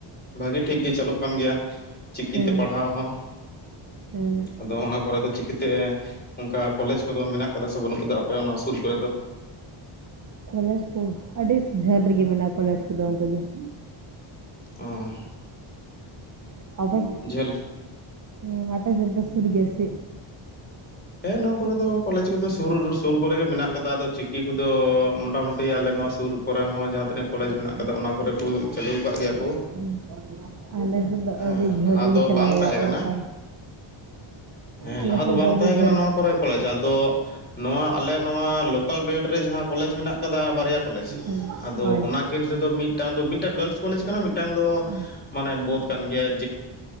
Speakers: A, on the left; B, on the right.
A: ᱵᱷᱟᱹᱜᱤ ᱴᱷᱤᱠ ᱜᱮ ᱪᱟᱹᱞᱩᱜ ᱠᱟᱱ ᱜᱮᱭᱟ᱾ ᱪᱤᱠᱤ
B: ᱦᱮᱸ
A: ᱛᱮ ᱯᱟᱲᱦᱟᱣ ᱦᱚᱸ,
B: ᱦᱮᱸ
A: ᱟᱫᱚ ᱚᱱᱟ ᱠᱚᱨᱮ ᱫᱚ ᱪᱤᱠᱤ ᱛᱮ ᱚᱱᱠᱟ ᱠᱚᱞᱮᱡᱽ ᱠᱚᱫᱚ ᱢᱮᱱᱟᱜ ᱠᱟᱫᱟ ᱥᱮ ᱵᱟᱹᱱᱩᱜ ᱟᱠᱟᱫᱟ ᱟᱯᱮ ᱚᱱᱟ ᱥᱩᱨ ᱠᱚᱨᱮ ᱫᱚ?
B: ᱠᱚᱞᱮᱡᱽ ᱠᱚ ᱟᱹᱰᱤ ᱡᱷᱟᱹᱞ ᱨᱮᱜᱮ ᱢᱮᱱᱟᱜᱼᱟ ᱠᱚᱞᱮᱡᱽ ᱠᱚᱫᱚ ᱚᱱᱛᱮ ᱫᱚ ᱾
A: ᱚᱸ ᱾
B: <unintelligible>
A: ᱡᱷᱟᱹᱞ
B: ᱦᱮᱸ ᱟᱯᱮ ᱥᱮᱡ ᱥᱩᱨ ᱜᱮᱭᱟ ᱥᱮᱼᱼ
A: ᱦᱮᱸ ᱱᱚᱣᱟ ᱠᱚᱨᱮᱚ ᱠᱚᱞᱮᱡᱽ ᱠᱚᱫᱚ ᱥᱩᱨ ᱥᱩᱨ ᱠᱚᱨᱮᱜ ᱜᱮ ᱢᱮᱱᱟᱜ ᱟᱠᱟᱫᱟ ᱟᱫᱚ ᱪᱤᱠᱤ ᱠᱚᱫᱚ ᱢᱚᱴᱟᱢᱩᱴᱤ ᱟᱞᱮ ᱱᱚᱣᱟ ᱥᱩᱨ᱾ ᱠᱚᱨᱮ ᱦᱚᱸ
B: <unintelligible>
A: ᱡᱟᱦᱟᱸ ᱛᱤᱱᱟᱹᱜ ᱠᱚᱞᱮᱡᱽ ᱢᱮᱱᱟᱜ ᱠᱟᱫᱟ ᱚᱱᱟ ᱠᱚᱨᱮ ᱠᱚ ᱪᱟᱹᱞᱩ ᱟᱠᱟᱫ ᱜᱮᱭᱟ ᱠᱚ
B: ᱟᱞᱮ ᱥᱮᱫ ᱫᱚ
A: ᱦᱮᱸ
B: ᱟᱹᱰᱤ ᱡᱷᱟᱹᱞᱜᱮ
A: ᱞᱟᱦᱟ ᱫᱚ
B: ᱪᱟᱞᱟᱣ
A: ᱵᱟᱝ
B: ᱦᱩᱭᱩᱜᱼᱟ
A: ᱛᱟᱦᱮᱸ ᱠᱟᱱᱟ
B: ᱚᱱᱠᱟ
A: ᱦᱮᱸ
B: ᱟᱞᱮ
A: ᱞᱟᱦᱟ
B: ᱥᱮᱫ
A: ᱵᱟᱝ
B: ᱫᱚ ᱟᱹᱰᱤ
A: ᱛᱟᱦᱮᱸ
B: ᱡᱟᱹ
A: ᱱᱚᱣᱟ ᱠᱚᱨᱮ ᱠᱚᱞᱮᱡᱽ ᱟᱫᱚ ᱱᱚᱣᱟ ᱟᱞᱮ ᱱᱚᱣᱟ ᱞᱳᱠᱟᱞ ᱵᱮᱞᱴ ᱨᱮ ᱡᱟᱦᱟᱸ ᱠᱚᱞᱮᱡᱽ ᱢᱮᱱᱟᱜ ᱟᱠᱟᱫᱟ ᱵᱟᱨᱭᱟ ᱠᱚᱞᱮᱡᱽ
B: ᱦᱮᱸ
A: ᱟᱫᱚ
B: ᱦᱳᱭ
A: ᱚᱱᱟ ᱠᱤᱱ ᱨᱮᱫᱚ ᱢᱤᱫᱴᱟᱱ ᱫᱚ ᱢᱤᱫᱴᱟᱝ ᱜᱟᱞᱥᱥ ᱠᱚᱞᱮᱡᱽ ᱠᱟᱱᱟ ᱢᱤᱫᱴᱟᱝ ᱫᱚ
B: ᱦᱮᱸ
A: ᱢᱟᱱᱮ ᱵᱳᱫᱷ ᱠᱟᱱ ᱜᱮᱭᱟ